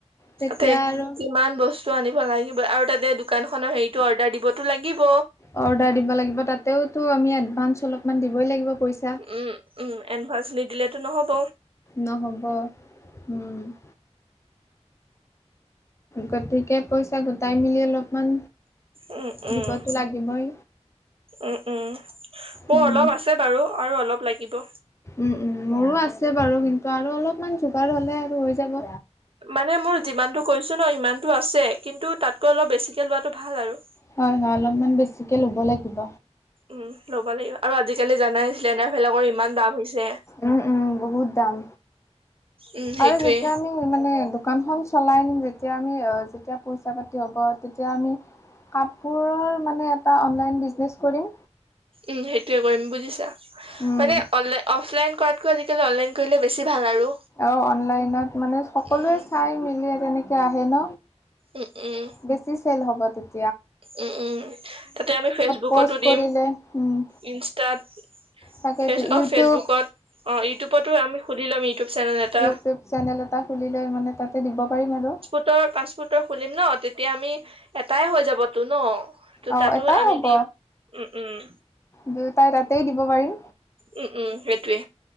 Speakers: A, on the left; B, on the right.
A: তেতিয়া
B: তে
A: আৰু
B: কিমান বচ তু আনিব লাগিব আৰু তাতে দোকানখনৰ হেৰিটো অৰ্ডাৰ দিবতো লাগিব।
A: অৰ্ডাৰ দিব লাগিব তাতেওতো আমি এডভান্স অলপমান দিবই লাগিব পইচা।
B: উম, উম, এডভাঞ্চ নিদিলেতো নহ'ব।
A: নহ'ব, উম। গতিকে পইচা গোটাই মেলি অলপমান
B: উম, উম।
A: দিবতো লাগিবই
B: উম, উম,
A: উম।
B: অলপ আছে বাৰু আৰু অলপ লাগিব।
A: উম, উম, মোৰো আছে বাৰু কিন্তু আৰু অলপমান যোগাৰ হলে আৰু হৈ যাব।
B: মানে মোৰ যিমানতো কৈছো ন ইমানতো আছে, কিন্তু তাতকৈ অলপ বেছিকে লোৱাটো ভাল আৰু।
A: হয়, হয়, অলপমান বেছিকৈ ল'ব লাগিব।
B: উম, ল'ব লাগিব আৰু আজিকালি জানাই লেণ্ডাৰ বিলাকৰ ইমান দাম হৈছে।
A: উম, উম, বহুত দাম
B: উম সেইটোয়ে
A: আৰু যেতিয়া আমি। মানে দোকানখন চলাই নিম যেতিয়া আমি আ যেতিয়া পইচা-পাতি হ'ব তেতিয়া আমি কাপোৰৰ মানে এটা অনলাইন বিজনেছ কৰিম।
B: উম, সেইটোয়ে কৰিম বুজিছা,
A: উম,
B: মানে অনলা অফলাইন কৰাতকৈ আজিকালি অনলাইন কৰিলে বেছি ভাল আৰু।
A: অ, অনলাইনত মানে সকলোৱে
B: উম
A: চাই মেলি তেনেকে আহে ন।
B: উম উম
A: বেছি চেল হ'ব তেতি
B: উম, উম, তাতে আমি ফেচবুকতো
A: প'ষ্ট
B: দিম
A: কৰিলে উম,
B: ইনষ্টাত
A: তাকেইতো
B: ফেচ
A: ইউটিউব
B: অ ফেচবুকত অ ইউটিউবতো আমি সুধি লম ইউটিউব চেনেল এটা
A: ইউটিউব চেনেল এটা খুলিলৈ মানে তাতে দিব পাৰিম আৰু।
B: ফাষ্টফুডৰ খুলিম ন তেতিয়া আমি এটাই হৈ যাবতো ন। ত
A: অঁ
B: তাতো
A: এটাই
B: আমি
A: হ'ব
B: দিম, উম, উম।
A: দুয়োটাই তাতেই দিব পাৰিম।
B: উম, উম, সেইটোয়ে।